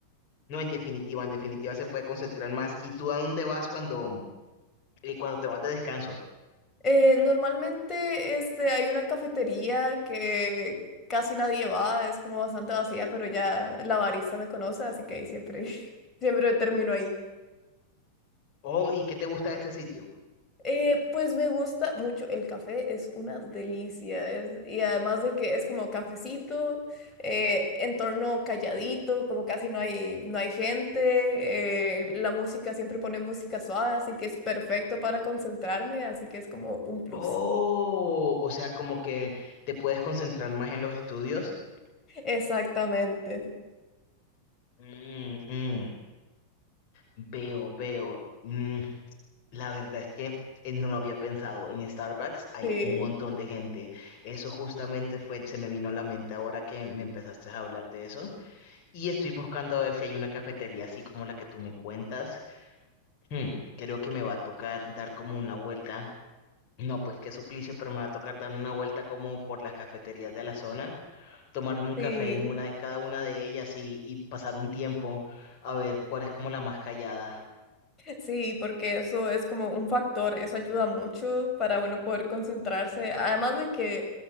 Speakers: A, on the left; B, on the left.
A: No, en definitiva, en definitiva se puede concentrar más. ¿Y tú a dónde vas cuando, eh, cuando te vas de descanso?
B: Eh, normalmente este, hay una cafetería que casi nadie va, es como bastante vacía, pero ya la barista me conoce, así que ahí siempre, <laughs> siempre termino ahí.
A: Oh, ¿y qué te gusta de este sitio?
B: Eh, pues me gusta mucho el café, es una delicia, es, y además de que es como cafecito, eh, entorno calladito, como casi no hay, no hay gente, eh, la música siempre pone música suave, así que es perfecto para concentrarme, así que es como un plus.
A: Oh, o sea, como que te puedes concentrar más en los estudios.
B: Exactamente,
A: Mm, mm. Veo, veo. Mm, la verdad es que eh, no lo había pensado. En Starbucks hay
B: sí,
A: un montón de gente. Eso justamente fue, se me vino a la mente ahora que me empezaste a hablar de eso. Y estoy buscando a ver si hay una cafetería así como la que tú me cuentas. Hmm, creo que me va a tocar dar como una vuelta. No, pues qué suplicio, pero me va a tocar dar una vuelta como por las cafeterías de la zona, tomarme un café
B: sí.
A: en una, en cada una de ellas y, y pasar un tiempo a ver cuál es como la más callada.
B: Sí, porque eso es como un factor, eso ayuda mucho para uno poder concentrarse. Además de que,